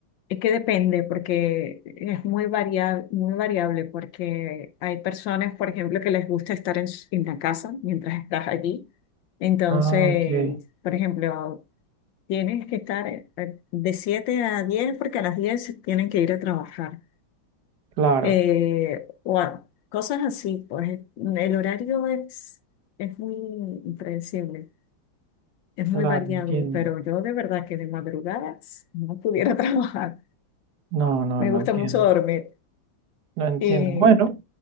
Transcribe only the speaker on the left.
es que depende, porque es muy variable, muy variable, porque hay personas, por ejemplo, que les gusta estar en, s- en la casa mientras estás allí. Entonces,
por ejemplo, tienes que estar eh, eh, de 7 a 10 porque a las 10 tienen que ir a trabajar.
Eh, o a- cosas así, pues el horario es, es muy impredecible, es muy
variable,
pero yo de verdad que de madrugadas no pudiera <laughs> trabajar.
Me
gusta
mucho dormir.
Y